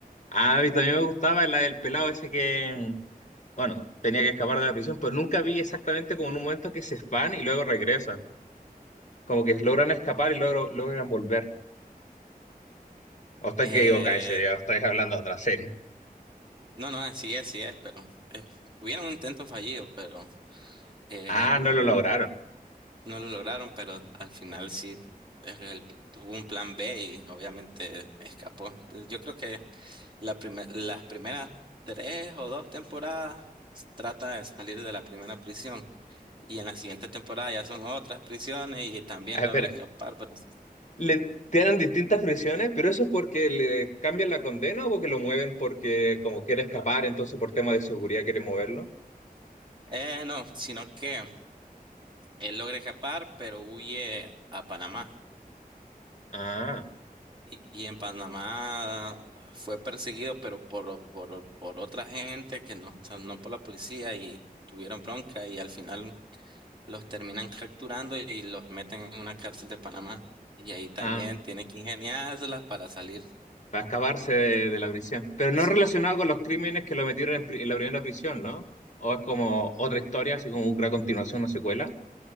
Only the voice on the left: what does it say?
ah, a mí también me gustaba la del pelado ese que, bueno, tenía que escapar de la prisión, pero nunca vi exactamente como en un momento que se van y luego regresan, como que logran escapar y luego logran volver. O está
que digo, ese, ya estáis hablando de otra serie.
Ah, no lo lograron.
Ah,
espera.
Le tienen distintas prisiones, pero eso es porque le cambian la condena o porque lo mueven porque como quiere escapar, entonces por tema de seguridad quiere moverlo.
Ah,
ah,
para escaparse de,
de la prisión. Pero no
relacionado con los crímenes que lo metieron en, pri- en la primera prisión, ¿no? O es como otra historia, así como una continuación, una secuela.